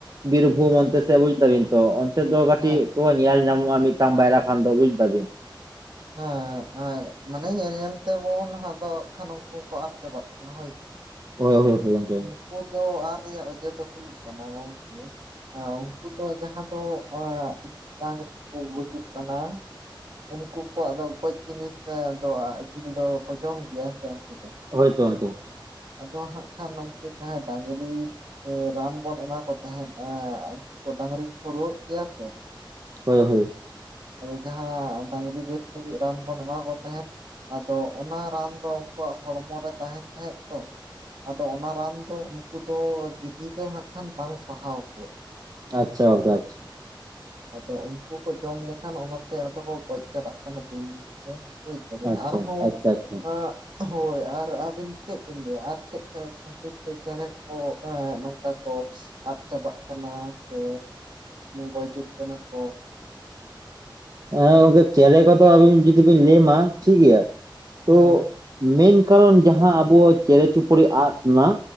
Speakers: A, on the right (about 50°); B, on the right (about 65°).
A: ᱵᱤᱨᱵᱷᱩᱢ
B: ᱦᱮᱸ
A: ᱚᱱᱛᱮ ᱥᱮ ᱵᱩᱡ ᱫᱟᱵᱤᱱ ᱛᱚ ᱚᱱᱛᱮ ᱫᱚ ᱠᱟᱹᱴᱤᱡ
B: ᱦᱮᱸ
A: ᱛᱚ ᱧᱮᱞ ᱧᱟᱢᱚᱜ-ᱟ ᱢᱤᱫᱴᱟᱝ ᱵᱟᱭᱨᱟ ᱠᱷᱟᱱ ᱫᱚ ᱵᱩᱡ ᱫᱟᱵᱤᱱ᱾
B: ᱦᱮᱸ ᱦᱮᱸ ᱢᱟᱱᱮ ᱧᱮᱞ ᱧᱮᱞ ᱛᱮᱵᱚᱱ ᱟᱫᱚ ᱠᱷᱟᱱ ᱩᱱᱠᱩ ᱠᱚ ᱟᱫ ᱪᱟᱵᱟᱜ ᱠᱟᱱᱟ ᱦᱳᱭᱛᱚ?
A: ᱦᱳᱭ ᱦᱳᱭ ᱜᱚᱢᱠᱮ᱾
B: ᱩᱱᱠᱩ ᱫᱚ ᱨᱟᱱ ᱨᱮᱭᱟᱜ ᱚᱡᱮ ᱫᱚ ᱦᱩᱭᱩᱜ ᱠᱟᱱᱟ ᱜᱚᱢᱠᱮ ᱩᱱᱠᱩ ᱫᱚ ᱡᱟᱦᱟᱸ ᱫᱚ ᱢᱤᱫ ᱴᱟᱝ ᱨᱮᱠᱚ ᱜᱩᱡᱩᱜ ᱠᱟᱱᱟ ᱩᱱᱠᱩ ᱠᱚᱣᱟᱜ ᱫᱚ ᱜᱚᱡ ᱡᱤᱱᱤᱥ ᱨᱮᱭᱟᱜ ᱫᱚ ᱡᱤᱞ ᱫᱚᱠᱚ ᱡᱚᱢ ᱜᱮᱭᱟ ᱥᱮ ᱵᱟᱝᱠᱩ ᱫᱚ
A: ᱦᱳᱭ ᱛᱚ ᱜᱚᱝᱠᱮ
B: ᱟᱫᱚ ᱦᱟᱸᱜ ᱠᱷᱟᱱ ᱱᱩᱠᱩ ᱡᱟᱦᱟᱸᱭ ᱰᱟᱝᱨᱤ ᱨᱟᱱ ᱵᱚᱱ ᱮᱢᱟ ᱠᱚ ᱛᱟᱦᱮᱸᱫ ᱩᱱᱠᱩ ᱰᱟᱝᱨᱤ ᱠᱚ ᱠᱚ ᱨᱩᱣᱟᱹᱜ ᱜᱮᱭᱟ ᱥᱮ
A: ᱦᱳᱭ ᱦᱳᱭ
B: ᱟᱫᱚ ᱡᱟᱦᱟᱸ ᱰᱟᱝᱨᱤ ᱵᱮᱥ ᱞᱟᱹᱜᱤᱫ ᱨᱟᱱ ᱵᱚᱱ ᱮᱢᱟ ᱠᱚ ᱛᱟᱦᱮᱸᱫ ᱟᱫᱚ ᱚᱱᱟ ᱨᱟᱱ ᱫᱚ ᱩᱱᱠᱩᱣᱟᱜ ᱦᱚᱲᱢᱚ ᱨᱮ ᱛᱟᱦᱮᱱ ᱛᱟᱦᱮᱸᱜ ᱛᱚ ᱟᱫᱚ ᱚᱱᱟ ᱨᱟᱱ ᱫᱚ ᱩᱱᱠᱩ ᱫᱚ ᱜᱤᱫᱤ ᱫᱚ ᱦᱟᱸᱜ ᱠᱷᱟᱱ ᱵᱟᱝ ᱥᱟᱦᱟᱣ ᱠᱚᱣᱟ᱾
A: ᱟᱪᱪᱷᱟ ᱟᱱᱠᱟ ᱟᱪᱪᱷᱟ᱾ <unintelligible>
B: ᱟᱫᱚ ᱩᱱᱠᱩ ᱠᱚ ᱡᱚᱢ ᱞᱮᱠᱷᱟᱱ ᱚᱱᱟᱛᱮ ᱟᱫᱚ ᱠᱚ ᱜᱚᱡ ᱪᱟᱵᱟᱜ ᱠᱟᱱᱟ ᱫᱤᱱ ᱫᱤᱱ ᱯᱟᱹᱭᱠᱟᱨᱤ
A: ᱟᱪᱪᱷᱟ
B: ᱟᱨᱦᱚᱸ
A: ᱟᱪᱪᱷᱟ ᱟᱪᱪᱷᱟ
B: ᱦᱟᱸᱜ ᱦᱳᱭ ᱟᱨ ᱟᱹᱵᱤᱱ ᱪᱮᱫ ᱵᱤᱱ ᱞᱟᱹᱭᱟ ᱟᱨ ᱪᱮᱫ ᱠᱷᱟᱹᱛᱤᱨ ᱛᱮ ᱪᱮᱬᱮ ᱠᱚ ᱱᱚᱝᱠᱟ ᱠᱚ ᱟᱫ ᱪᱟᱵᱟᱜ ᱠᱟᱱᱟ ᱥᱮ ᱜᱩᱡᱩᱜ ᱠᱟᱱᱟ ᱠᱚ
A: ᱦᱮᱸ ᱜᱚᱝᱠᱮ ᱪᱮᱬᱮ ᱠᱚᱫᱚ ᱟᱵᱤᱱ ᱡᱩᱫᱤ ᱵᱤᱱ ᱞᱟᱹᱭᱢᱟ ᱴᱷᱤᱠ ᱜᱮᱭᱟ
B: ᱦᱮᱸ
A: ᱛᱚ ᱢᱮᱱ ᱠᱟᱨᱚᱱ ᱡᱟᱦᱟᱸ ᱟᱵᱚᱣᱟᱜ ᱪᱮᱬᱮ ᱪᱩᱯᱲᱤ ᱟᱫ ᱨᱮᱱᱟᱜ